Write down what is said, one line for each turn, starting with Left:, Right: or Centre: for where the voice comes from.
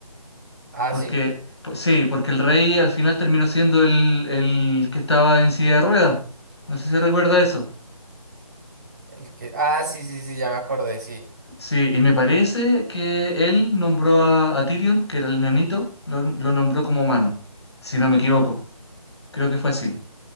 Right: ¿Ah,
Left: Porque,
Right: sí?
Left: pues, sí, porque el rey al final terminó siendo el, el que estaba en silla de ruedas. No sé si recuerda eso.
Right: El que... Ah, sí, sí, sí, ya me acordé, sí.
Left: Sí, y me parece que él nombró a, a Tyrion, que era el nanito, lo, lo nombró como mano, si no me equivoco. Creo que fue así.